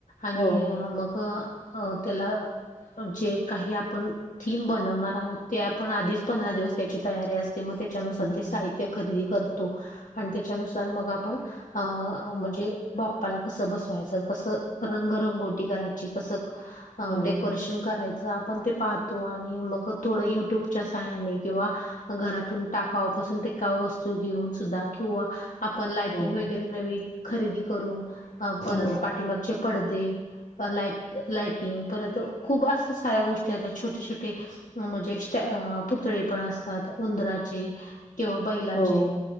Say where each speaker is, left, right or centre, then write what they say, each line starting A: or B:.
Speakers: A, on the left; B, on the left.
A: आणि
B: हो,
A: मग अ त्याला जे काही आपण थीम बनवणार आहोत ते आपण आधीच पंधरा दिवस त्याची तयारी असते मग त्याच्यानुसार
B: हो,
A: ते साहित त्या खरेदी करतो आणि त्याच्यानुसार मग आपण अ म्हणजे बाप्पाला कस बसवायचं कसं रंगरंगोटी करायची कसं
B: हो,
A: डेकोरेशन करायचं आपण ते पाह तो आणि मग थोडं युट्यूबच्या सहाय्याने किंवा घरातून टाकावापासून टिकाव वस्तू घेऊन सुद्धा किंवा आपण लाटिंग
B: हो,
A: वगैरे नवी खरेदी करून परत
B: हो,
A: मगचे पडदे लाट लाटिंग परत खूप अस साऱ्या गोष्टी छोटे छोटे म्हणजे स पुतळे पण असतात उंदराचे किंवा बैलाचे
B: हो,